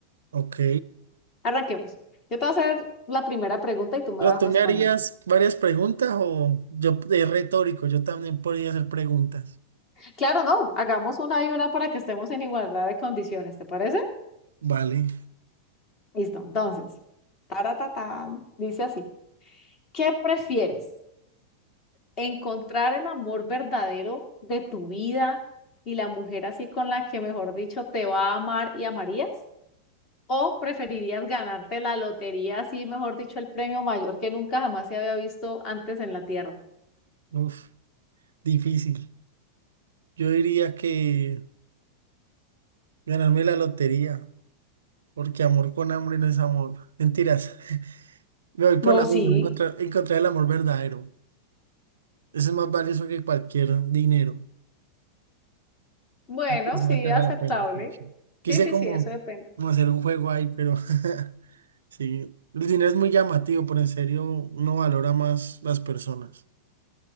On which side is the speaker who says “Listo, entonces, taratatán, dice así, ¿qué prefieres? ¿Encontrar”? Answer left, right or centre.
Left